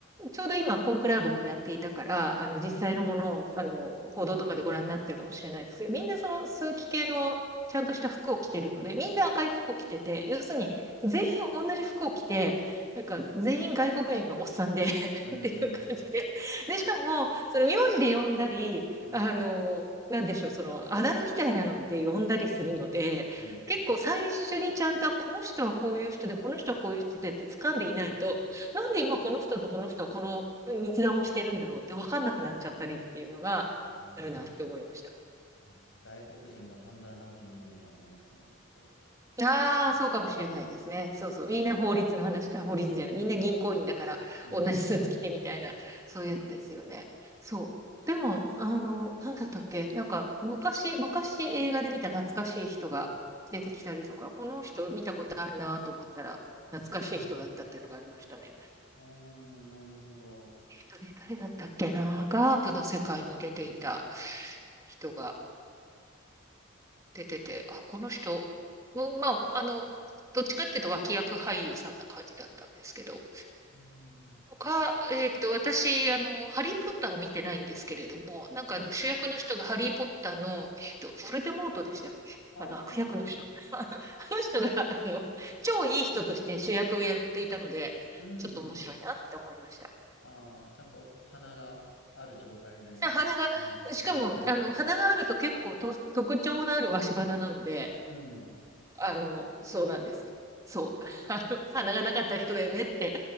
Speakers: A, on the right (about 15°); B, on the left (about 65°).
A: ちょうど今、コンクラーベもやっていたから、あの、実際のものを、あの、報道とかでご覧になってるかもしれないですけど、みんなその枢機系のちゃんとした服を着てるので、みんな赤い服を着てて、要するに全員同じ服を着て、
B: ああ、
A: なんか全員外国人のおっさんで <laughs>
B: うんうん、
A: っていう感じで。で、しかも、その名字で呼んだり、
B: うん、
A: あの、なんでしょう、その、あだ名みたいなので呼んだりするので、
B: うん。
A: 結構最初にちゃんと、この人はこういう人で、この人はこういう人でって掴んでいないと、
B: うん
A: なんで今この人とこの人はこの密談をしてるんだろうって分かんなくなっちゃったりっていうのが
B: あー
A: あるなって思いました。
B: あ、外国人が半沢直樹見るみたいなもんですよね、きっと。
A: ああ、そうかもしれないですね。そうそう。みんな法律の話、あ、法律じゃない。みんな銀行員だから同じスーツ着てみたいな、
B: うん。
A: そういうやつですよね。そう。でも、あの、なんだったっけなんか、昔、昔映画で見た懐かしい人が出てきたりとか、この人見たことあるなと思ったら、懐かしい人だったっていうのがありましたね。
B: ああ、なるほど。
A: とね誰だったっけな、ガープの世界に出ていた人が出てて、あ、この人、うんまあ、あの、どっちかっていうと脇役俳優さんな感じだったんですけど、
B: うん。
A: とか、えっと、私、あの、ハリー・ポッターを見てないんですけれども、なんかあの、
B: はい。
A: 主役の人がハリー・ポッターの、えっと、ヴォルデモートでしたっけあの、
B: あ
A: 悪役の人。
B: あ、
A: <laughs> あのあの人が、あの、超いい人として主役をやっていたので、
B: うんうん。
A: ちょっと面白いなって思いました。
B: ああ、ちゃんと鼻がある状態で見たことないです。
A: で、花が、しかも、
B: 多分
A: あの、鼻があると結構と特徴のある鷲鼻なので、
B: うん。
A: あの、そうなんですよ。そう。<laughs> あの、鼻がなかった人だよねって